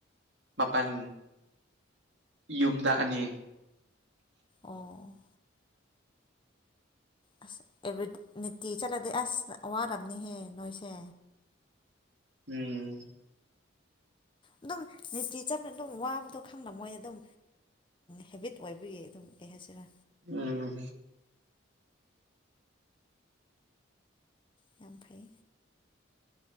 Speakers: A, on the right (about 65°); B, on the left (about 25°).
A: ꯃꯥꯄꯜ ꯌꯨꯝꯗ ꯑꯅꯤ
B: ꯑꯣ ꯑꯁ ꯑꯦꯕ꯭ꯔꯤ ꯅꯤꯇꯤ ꯆꯠꯂꯗꯤ ꯑꯁ ꯋꯥꯔꯕꯅꯤꯍꯦ ꯅꯣꯏꯁꯦ
A: ꯎꯝ
B: ꯑꯗꯨꯝ ꯅꯤꯇꯤ ꯆꯥꯅ ꯑꯗꯨꯝ ꯋꯥꯕꯗꯣ ꯈꯪꯅ ꯃꯣꯏꯅ ꯑꯗꯨꯝ ꯍꯦꯕꯤꯠ ꯑꯣꯏꯕꯒꯤ ꯑꯗꯨꯝ ꯀꯩ ꯍꯥꯏꯁꯤꯔꯥ
A: ꯎꯝ
B: ꯉꯝ ꯐꯩ